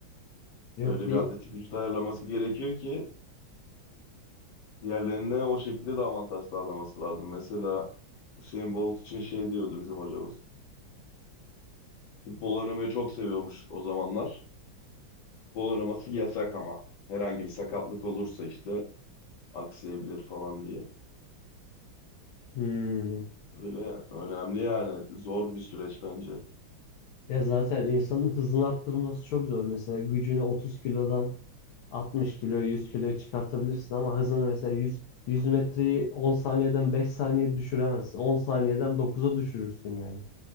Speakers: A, on the left; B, on the left.
A: Yok
B: Öyle
A: bir
B: bir atletik vücut ayarlaması gerekiyor ki diğerlerine o şekilde de avantaj sağlaması lazım. Mesela Usain Bolt için şey diyordu bizim hocamız. Futbol oynamayı çok seviyormuş o zamanlar. Futbol oynaması yasak ama herhangi bir sakatlık olursa işte aksayabilir falan diye.
A: hmm.
B: Öyle önemli yani zor bir süreç bence.
A: Ya zaten insanın hızını arttırması çok zor. Mesela gücünü 30 kilodan 60 kilo, 100 kiloya çıkartabilirsin ama hızını mesela yüz 100 metreyi 10 saniyeden 5 saniye düşüremezsin. on saniyeden dokuz'a düşürürsün yani.